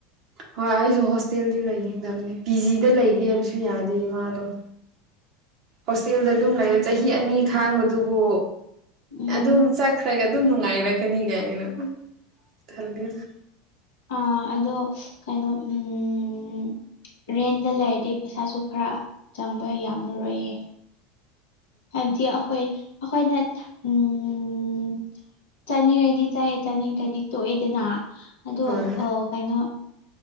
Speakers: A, on the right (about 45°); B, on the left (about 65°).
A: ꯍꯣꯏ ꯑꯩꯁꯨ ꯍꯣꯁꯇꯦꯜꯗꯤ ꯂꯩꯅꯤꯡꯗꯕꯅꯦ ꯄꯤ ꯖꯤꯗ ꯂꯩꯒꯦ ꯍꯥꯏꯕꯁꯨ ꯌꯥꯗꯦ ꯏꯃꯥꯗꯣ ꯍꯣꯁꯇꯦꯜꯗ ꯑꯗꯨꯝ ꯂꯩꯔ ꯆꯍꯤ ꯑꯅꯤ ꯈꯥꯡꯕꯗꯨꯕꯨ
B: ꯎꯝ
A: ꯑꯗꯨꯝ ꯆ ꯐꯔꯒ ꯑꯗꯨꯝ ꯅꯨꯡꯉꯥꯏꯔꯛꯀꯅꯤꯒ ꯑꯩꯅ ꯈꯜꯗꯦꯔ
B: ꯑ ꯑꯗꯣ ꯀꯩꯅꯣ ꯎꯝ ꯔꯦꯟꯗ ꯂꯩꯔꯗꯤ ꯄꯩꯁꯥꯁꯨ ꯈꯔ ꯆꯪꯕ ꯌꯥꯝꯃꯔꯣꯏꯌꯦ ꯍꯥꯏꯕꯗꯤ ꯑꯩꯈꯣꯏ ꯑꯩꯈꯣꯏꯅ ꯎꯝ ꯆꯥꯅꯤꯡꯔꯗꯤ ꯆꯥꯏꯌꯦ ꯆꯥꯅꯤꯡꯗ꯭ꯔꯗꯤ ꯇꯣꯛꯑꯦꯗꯅ ꯑꯗꯣ
A: ꯍꯣꯏ
B: ꯀꯩꯅꯣ